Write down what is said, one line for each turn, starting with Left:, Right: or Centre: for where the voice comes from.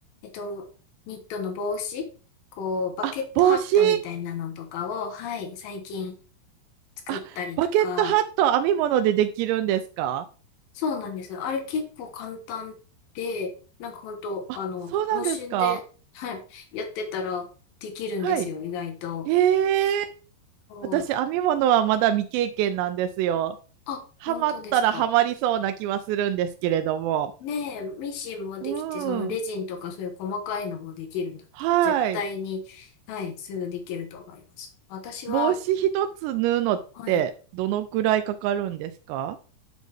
Left: っと、ニットの帽子、こう、バケットハットみたいなのとかを、
Right: あ、帽子。
Left: はい、最近作ったりとか、
Right: あ、バケットハット編み物でできるんですか
Left: そうなんですよ。あれ結構簡単で、なんか本当あの、
Right: あ、そうなんですか
Left: 無心で、はい、やってたらできるんですよ、
Right: はい。
Left: 意外と。
Right: へえ。
Left: そう、
Right: 私、編み物はまだ未経験なんですよ。
Left: あ、
Right: ハマったらハマりそうな気はするんですけれども。
Left: 本当ですか。ねえ、ミシンもできて、
Right: うん。
Left: そのレジンとかそういう細かいのもできるんだったら、
Right: はい。
Left: 絶対に、はい、すぐできると思います。私は、
Right: 帽子一つ縫うのってどのくらいかかるんですか
Left: はい、